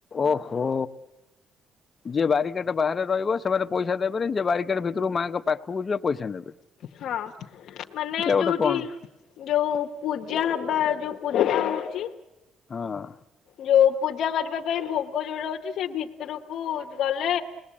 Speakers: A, on the left; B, on the left.
A: ଓହୋ। ଯିଏ ବାରି ଗେଟ୍ ବାହାରେ ରହିବ ସେମାନେ ପଇସା ଦେବେନି ଯିଏ ବାରି ଗେଟ୍ ଭିତରୁ ମାଆଙ୍କ ପାଖକୁ ଯିବେ ପଇସା ନବେ।
B: ହଁ ମାନେ
A: ଗୋଟେ
B: ଯୋଉଠି
A: କଣ
B: ଯୋଉ ପୂଜା ହବା ଯୋଉ ପୂଜା ହଉଛି
A: ହଁ।
B: ଯୋଉ ପୂଜା କରିବା ପାଇଁ ଭୋଗ ଯୋଉ ରହୁଛି ସେ ଭିତୁରୁକୁ ଗଲେ